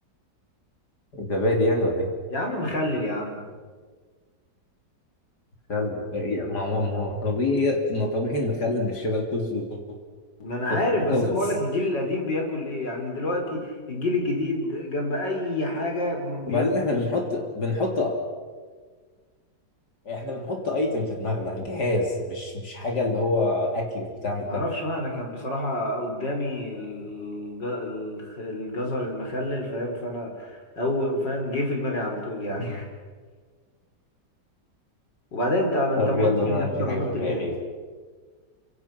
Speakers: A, on the left (about 65°); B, on the left (about 80°).
A: زبادي يعني ولا إيه؟
B: يا عم مخلل يا عم
A: خل إيه، ما هو ما هو طبيعي ما طبيعي إن خل مش شبه الكول سلو
B: ما انا
A: <laughs>
B: عارف بس
A: خالص
B: انا بقول لك الجيل القديم بياكل ايه يعني دلوقتي الجيل الجديد جنب اي حاجه بياكل
A: وبعدين إحنا
B: كول
A: بنحط
B: سلو
A: بنحط احنا بنحط ايتم في دماغنا جهاز مش مش حاجه اللي هو اكل وبتاع من
B: معرفش
A: ده
B: بقى انا كان بصراحة قدامي الج- الخ- الجزر المخلل فاهم فانا او فاهم جه في دماغي على طول يعني <laughs> وبعدين انت انا انت
A: طب
B: ما قلتش
A: يلا انا
B: ان احنا
A: في
B: بنحط
A: حاجه في دماغي
B: جهاز
A: يلا.